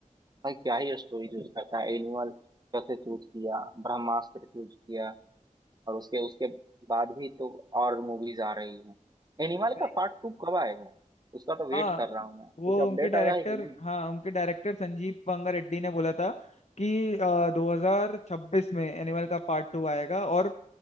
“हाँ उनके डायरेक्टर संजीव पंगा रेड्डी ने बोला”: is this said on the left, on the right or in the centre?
Left